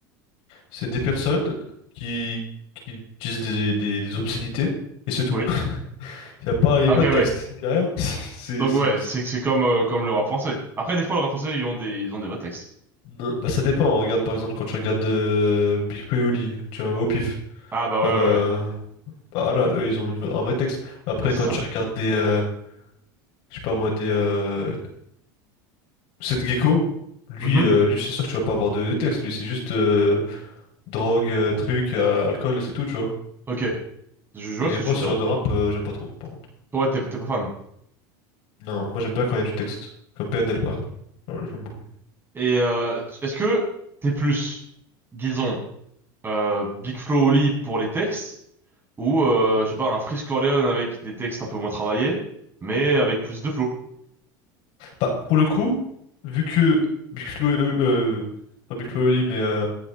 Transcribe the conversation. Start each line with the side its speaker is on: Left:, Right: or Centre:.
Left: C'est des personnes qui, qui disent des, des, des obscénités et c'est tout.
Right: Oui.
Left: <laughs> Y a pas, y
Right: Ah,
Left: a pas
Right: Ok, ouais.
Left: de texte, y a rien. <laughs> C'est,
Right: Donc
Left: c'est,
Right: ouais,
Left: c'est-
Right: c'est c'est comme euh, comme le rap français. Après, des fois, le rap français, ils ont des ils ont des vrais textes.
Left: Non, bah, ça dépend. Regarde, par exemple, quand tu regardes euh, Big Flo et Oli, tu vois, au pif.
Right: Ah bah ouais,
Left: Euh,
Right: ouais, ouais.
Left: bah, là, eux, ils ont une vra- un vrai texte. Après,
Right: Ouais, c'est
Left: quand
Right: ça,
Left: tu
Right: ouais.
Left: regardes des, euh, je sais pas moi, des, euh, Seth Gecko, lui,
Right: Mhm.
Left: euh, lui, c'est sûr que tu vas pas avoir de, de texte. Lui, c'est juste euh, drogue, euh, truc, euh, alcool, c'est tout, tu vois.
Right: Ok, je, je vois
Left: Et
Right: ce que
Left: moi,
Right: tu
Left: ce
Right: veux
Left: genre
Right: dire, ouais.
Left: de rap, euh, j'aime pas trop, par contre.
Right: Ouais, t'es t'es pas fan.
Left: Non, moi j'aime bien quand il y a du texte. Comme PNL, par exemple. Voilà, j'aime beaucoup.
Right: Et euh, tu- est-ce que t'es plus, disons, euh, Big Flo Oli pour les textes ou euh, je sais pas un Freeze Corleone avec des textes un peu moins travaillés, mais avec plus de flow.
Left: Bah, pour le coup, vu que Big Flo, et- euh, pas Big Flo et Oli, mais euh,